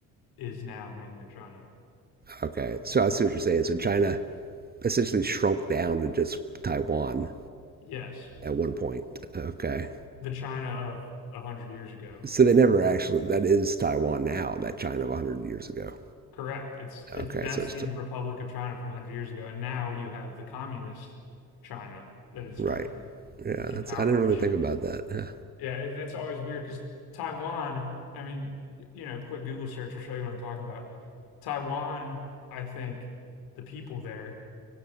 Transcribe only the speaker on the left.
is now mainland China.
Yes,
the China of a hundred years ago.
Correct. It's it's
that's
the Republic of China from a hundred years ago, and now you have the communist China that is
currently
in
power,
which
Yeah, it, it's always weird because Taiwan, I mean, y- you know, quick Google search will show you what I'm talking about. Taiwan, I think the people there